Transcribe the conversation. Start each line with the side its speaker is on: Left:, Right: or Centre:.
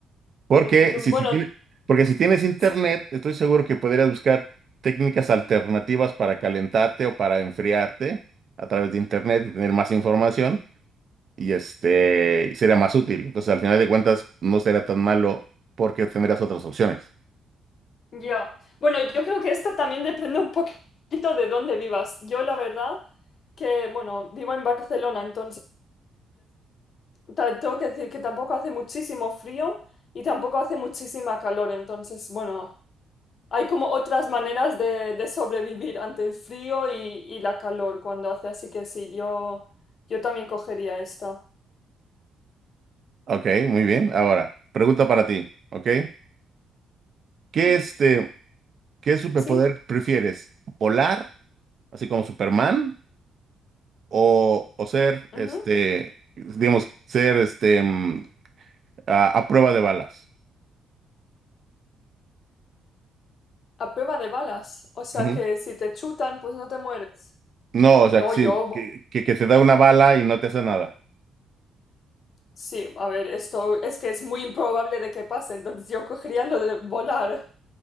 Right: Porque
Left: Mm,
Right: si,
Left: Bueno,
Right: si tiene- porque si tienes internet,
Left: sí.
Right: estoy seguro que podrías buscar técnicas alternativas para calentarte o para enfriarte a través de internet y tener más información. y este sería más útil. Entonces, al final de cuentas, no será tan malo porque tendrás otras opciones.
Left: Ya. Bueno, yo creo que esto también depende un poquito de dónde vivas. Yo la verdad que, bueno, vivo en Barcelona, entonces ta- tengo que decir que tampoco hace muchísimo frío y tampoco hace muchísima calor. Entonces, bueno, hay como otras maneras de, de sobrevivir ante el frío y, y la calor cuando hace. Así que sí, yo, yo también cogería esta.
Right: Ok, muy bien. Ahora, pregunta para ti, ¿ok? ¿Qué
Left: Ujú,
Right: este, qué superpoder
Left: Sí,
Right: prefieres? ¿Volar, así como Superman, o, o ser
Left: ujú.
Right: este, digamos, ser este mm, a, a prueba de balas?
Left: A prueba de balas. O sea
Right: Ujú.
Left: que si te chutan, pues no te mueres.
Right: No, o sea,
Left: No,
Right: que sí,
Left: yo.
Right: que, que, que te da una bala y no te hace nada.
Left: Sí, a ver, esto es que es muy improbable de que pase, entonces yo cogería lo de volar,